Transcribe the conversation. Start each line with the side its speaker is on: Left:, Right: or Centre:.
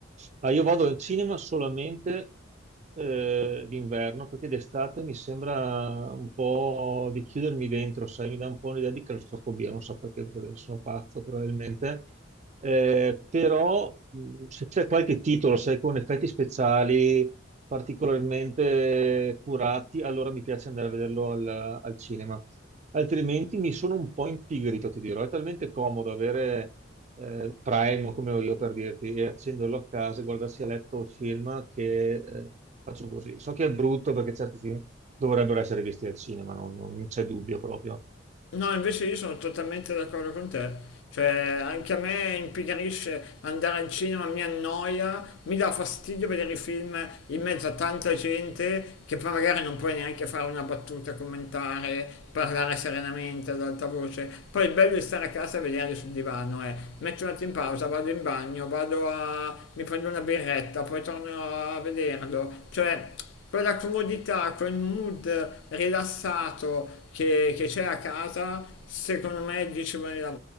Right: Ma io vado al cinema solamente eh, d'inverno perché d'estate mi sembra un po' di chiudermi dentro, sai, mi dà un po' un'idea di claustrofobia, non so perché, perché sono pazzo probabilmente. Eh, però mh, se c'è qualche titolo, sai, con effetti speciali particolarmente curati, allora mi piace andare a vederlo al, al cinema altrimenti mi sono un po' impigrito, ti dirò. È talmente comodo avere eh, Prime, come ho io per dirti, e accenderlo a casa e guardarsi a letto il film che eh, faccio così. So che è brutto perché certi film dovrebbero essere visti al cinema, non, non c'è dubbio proprio.
Left: No, invece io sono totalmente d'accordo con te. Cioè, anche a me impigrisce andare al cinema, mi annoia, mi dà fastidio vedere i film in mezzo a tanta gente che poi magari non puoi neanche fare una battuta, commentare, parlare serenamente ad alta voce. Poi il bello di stare a casa e vederli sul divano è metto un attimo in pausa, vado in bagno, vado a... mi prendo una birretta, poi torno a vederlo. Cioè quella comodità, quel mood rilassato che, che c'è a casa, secondo me è 10.000